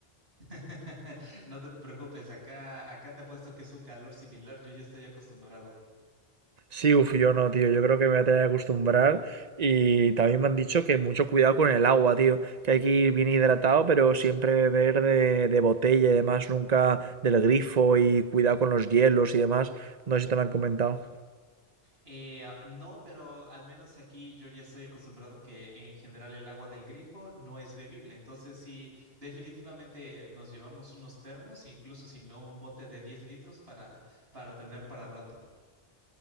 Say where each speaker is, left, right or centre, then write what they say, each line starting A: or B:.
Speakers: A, on the right (about 70°); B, on the right (about 45°).
A: <laughs> No te preocupes, acá, acá te apuesto que es un calor similar, yo ya estoy acostumbrado.
B: Sí, uf, yo no, tío. Yo creo que me voy a tener que acostumbrar. Y también me han dicho que mucho cuidado con el agua, tío. Que hay que ir bien hidratado, pero siempre beber de, de botella y demás, nunca del grifo y cuidado con los hielos y demás. No sé si te lo han comentado.
A: Eh, ah, no, pero al menos aquí yo ya estoy acostumbrado que en general el agua del grifo no es bebible, entonces sí, definitivamente nos llevamos unos termos, incluso si no un bote de 10 litros para, para tener para rato.